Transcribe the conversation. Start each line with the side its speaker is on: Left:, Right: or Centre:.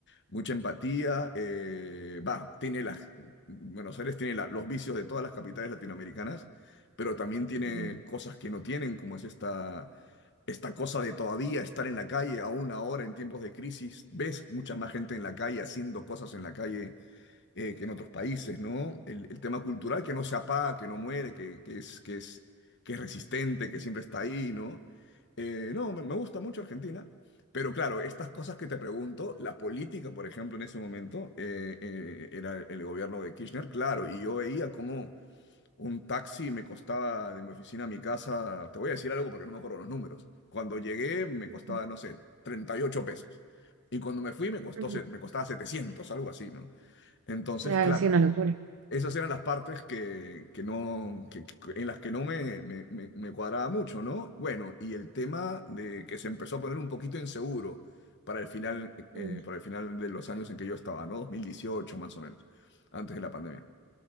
Left: mucha empatía. eh, va, tiene las, Buenos Aires tiene la- los vicios de todas las capitales latinoamericanas, pero también tiene
Right: Mm.
Left: cosas que no tienen, como es esta, esta cosa de todavía estar en la calle, aún ahora en tiempos de crisis, ves mucha más gente en la calle haciendo cosas en la calle eh, que en otros países, ¿no? El, el tema cultural que no se apaga, que no muere, que, que es, que es, que es resistente, que siempre está ahí, ¿no? Eh, no, me, me gusta mucho Argentina, pero claro, estas cosas que te pregunto, la política, por ejemplo, en ese momento, eh, eh, era el gobierno de Kirchner, claro, y yo veía cómo un taxi me costaba de mi oficina a mi casa, te voy a decir algo porque no me acuerdo los números, cuando llegué me
Right: Ujú,
Left: costaba, no sé, 38 pesos. Y cuando me fui me costó,
Right: ujú.
Left: se- me costaba 700, algo así, ¿no? Entonces,
Right: Claro,
Left: claro,
Right: sí, una locura.
Left: esas eran las partes que, que no, que- que- en las que no me, me- me- me cuadraba mucho, ¿no? Bueno, y el tema de que se empezó a poner un poquito inseguro para el final, eh,
Right: Mm.
Left: para el final de los años en que yo estaba, ¿no? 2018 más o menos, antes de la pandemia.